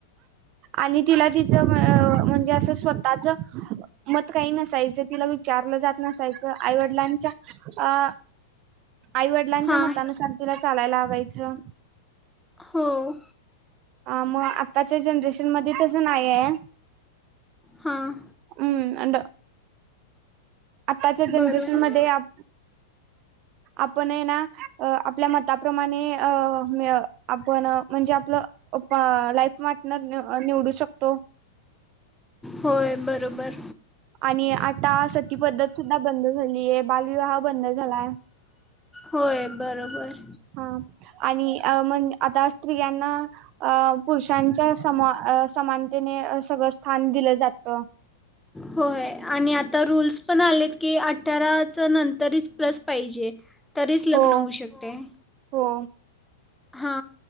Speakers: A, on the right; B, in the centre.
A: आणि तिला तिचं म्हणजे असं स्वतःच मत काही नसायचं विचारलं जात नसायचं, आईवडिलांच्या अ आईवडिलांच्या
B: हां
A: मतानुसार तिला चालायला लावायचं.
B: हो
A: ह मग आत्ताच्या जनरेशन मध्ये तस नाही आहे.
B: हां
A: हम् अड आताच्या जनरेशन
B: बरोबर
A: मध्ये आप आपण हाय ना आपल्या मताप्रमाणे अ आपण म्हणजे आपलं लाईफ पार्टनर निवडू शकतो.
B: होय बरोबर.
A: आणि आता सती पद्धत सुद्धा बंद झाली. बालविवाह बंद झालाय.
B: होय. बरोबर
A: हा आणि अ म्हण आता स्त्रियांना अ पुरुषांच्या समा समानतेने सगळं स्थान दिलं जात.
B: होय आणि आता रूल्स पण आलेत की अठराच नंतरच प्लस पाहिजे. तरीच लग्न
A: हो
B: होऊ शकते.
A: हो
B: हा.